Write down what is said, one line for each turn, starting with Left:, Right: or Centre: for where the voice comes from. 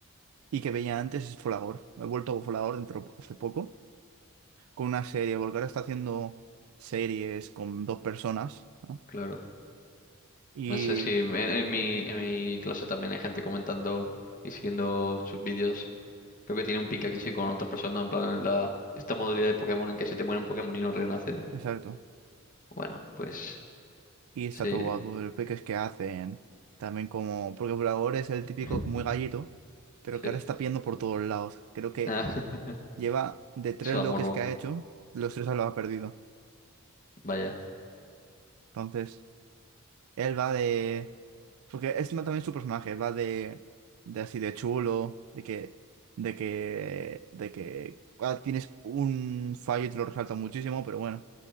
Right: y que veía antes es Folagor. He vuelto a Folagor dentro hace poco con una serie, porque ahora está haciendo series con dos personas, ¿no?
Left: Claro.
Right: Y
Left: No sé si en, en mi, en mi clase también hay gente comentando y siguiendo sus vídeos. Creo que tiene un pique aquí sí con otras personas, en plan la, esta modalidad de Pokémon en que se te muere un Pokémon y no renace.
Right: exacto.
Left: Bueno, pues
Right: y está
Left: sí,
Right: todo guapo. Los peques que hacen, también como. Porque Bulagor es el típico
Left: <laughs>
Right: muy gallito, pero
Left: sí.
Right: que ahora está pidiendo por todos lados. Creo que
Left: <laughs>
Right: lleva de tres
Left: Eso da
Right: loques
Left: morbo,
Right: que ha hecho, los tres lo ha perdido.
Left: vaya.
Right: Entonces, él va de. Porque es también su personaje, va de. De así de chulo, de que. De que. De que. ah, tienes un fallo y te lo resalta muchísimo, pero bueno.